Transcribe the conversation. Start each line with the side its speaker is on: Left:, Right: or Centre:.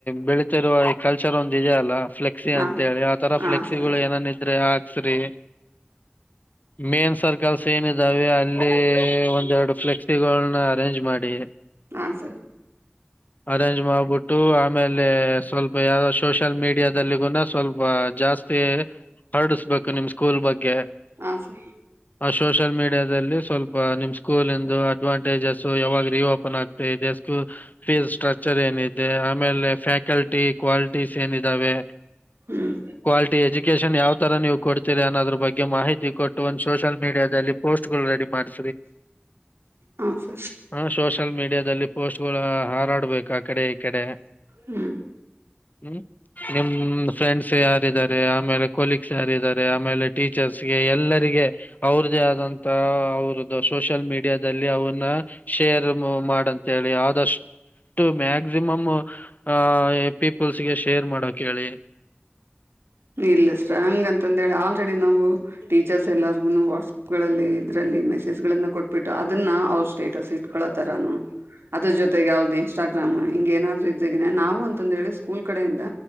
Left: ಬೆಳೀತಿರುವ ಈ ಕಲ್ಚರ್ ಒಂದ ಇದೆ ಅಲ್ಲ. ಫ್ಲೆಕ್ಿ
Right: ಹಾ
Left: ಅಂತ ಹೇಳಿ ಆತರ
Right: ಹಾ
Left: ಫ್ಲೆಕ್ಸಿ
Right: ಸರ್
Left: ಗಳು ಏನನ್ ಇದ್ರೆ ಹಾಕ್ಸ್ರಿ ಮೇನ್ ಸರ್ಕಲ್ಸ್ ಏನ ಇದಾವೆ ಅಲ್ಲಿ ಒಂದೆರಡು ಫ್ಲೆಕ್ಸ್ ಅರೇಂಜ್ ಮಾಡಿ
Right: ಹಾ ಸರ್
Left: ಅರೇಂಜ್ ಮಾಡಬಿಟ್ಟ ಆಮೇಲೆ ಸ್ವಲ್ಪ ಯಾವ ಸೋಷಲ್ ಮೀಡಿಯಾದಲ್ಲಿಗೂನ ಸ್ವಲ್ಪ ಜಾಸ್ತಿ ಹರಡಿಸ್ಬೇಕು ನಿಮ್ ಸ್ಕೂಲ್ ಬಗ್ಗೆ.
Right: ಹಾ ಸರ್
Left: ಸೋಷಲ್ ಮೀಡಿಯಲ್ಲಿ ಸ್ವಲ್ಪ ನಿಮ್ ಸ್ಕೂಲ್. ದು ಅಡ್ವಾಂಟೇಜಸ್ ಯಾವಾಗ ರಿಓಪನ್ ಆಗ್ತ. ಇದೆ ಸ್ಕೂಲ್ ಫೀಸ್ ಸ್ಟ್ರಕ್ಚರ್ ಏನಿದೆ ಆಮೇಲೆ ಫ್ಯಾಕಲ್ಟಿ. ಕ್ವಾಲಿಟೀಸ್ ಏನ ಇದಾವೆ
Right: ಹ್ಮ್
Left: ಕ್ವಾಲಿಟಿ ಎಜುಕೇಶನ್ ಯಾವ್ ತರ ನೀವು. ಕೊಡ್ತೀರರಿ ಅನ್ನೋದ್ರ ಬಗ್ಗೆ ಮಾಹಿತಿ ಕೊಟ್ಟು ಒಂದು್ ಸೋಷಿಯಲ್ ಮೀಡಿಯಾದಲ್ಲಿ ಪೋಸ್ಟ್ ಗಳು ರೆಡಿ ಮಾಡ್ವಿ.
Right: ಹಾ ಸರ್
Left: ಹ ಸೋಷಲ್ ಮೀಡಿಯ. ಇಂಡಿಯಾದಲ್ಲಿ ಪೋಸ್ಟ್ ಗಳು ಹಾರಾಡ್ಬೇಕು ಆ ಕಡೆ. ಕಡೆ
Right: ಹ್ಮ್.
Left: ಹ್ಮ್ ನಿಮ ಫ್ರೆಂಡ್ಸ್ ಯಾರಾರ. ಆಮೇಲೆ ಕೊಲೀಕ್ಸ್ ಯಾರಿದ್ದಾರೆ ಆಮೇಲೆ ಟೀಚರ್ಸ್ಗೆ ಎಲ್ಲರಿಗೆ. ಅವ್ರ್ದೇ ಆದಂತ. ಅವ್ರದ್ದ ಸೋಷಿಯಲ್ ಮೀಡಿಯಾದಲ್ಲಿ ಅವನ್ನ ಶೇರ್ ಮಾಡಂತ ಹೇಳಿ ಆದಷ್ಟ. ಮ್ಯಾಕ್ಸಿಮಮ್ ಆ. ಪೀಪಲ್ಸ್ಗೆ ಶೇರ್ ಮಾಡೋ ಹೇಳಿ.
Right: ಇಲ್ಲ ಸ ಹಂಗ ಅಂತಂದ ಹೇಳಿ ಆಲ್ರೆಡಿ ನಾವು ಟೀಚರ್ಸ್ ಎಲ್ಲಾರ್ಗು ವಾಟ್ಸಪ್ ಗಳಲ್ಲಿ ಇದ್ರಲ್ಲಿ. ಮೆಸೇಜ್ ನ್ನ ಕೊಟ್ಬಿಟ್ಟು ಅದನ್ನ ಅವ್ ಸ್ಟೇಟಸ್ ಇಟ್ಕಳತಾರಾನ. ಅದ್ರ ಜೊತೆಗೆ ಯಾವ್ದು ಇನ್ಸ್ಟಾಗ್ರಾಮ್ ಹಿಂಗ ಏನಾದ್ರು ಇದ್ದನ ನಾವು ಅಂತಂದ ಹೇಳಿ ಸ್ಕೂಲ್ ಕಡೆಯಿಂದ